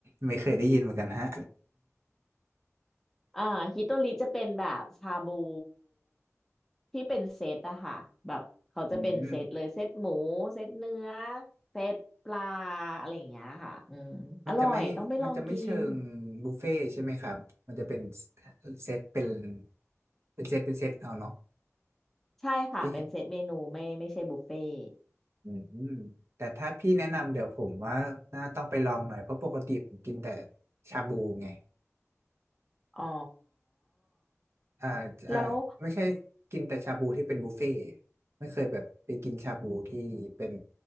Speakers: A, on the right (about 55°); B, in the centre.
A: ไม่เคยได้ยินเหมือนกันฮะ
B: อ่าฮิโตริจะเป็นแบบชาบูที่เป็นเซตอะค่ะแบบเขาจะเป็นเซตเลยเซตหมูเซตเนื้อ
A: <laughs> อืม
B: เซตปลาอะไรอย่างเงี้ยค่ะอืมอร่อยต้องไปลองกิน
A: มันจะไม่มันจะไม่เชิงบุฟเฟ่ต์ใช่ไหมครับมันจะเป็นเซตเป็นเป็นเซตเป็นเซตเอาเนาะ
B: ใช่ค่ะเป็นเซตเมนูไม่ไม่ใช่บุฟเฟ่ต์
A: พี่ อืมแต่ถ้าพี่แนะนำเดี๋ยวผมว่าน่าต้องไปลองหน่อยเพราะปกติผมกินแต่ชาบูไง
B: อ๋อ
A: อ่าอ่าไม่ใช่กินแต่ชาบูที่เป็นบุฟเฟ่ต์
B: แล้ว
A: ไม่เคยแบบไปกินชาบูที่เป็น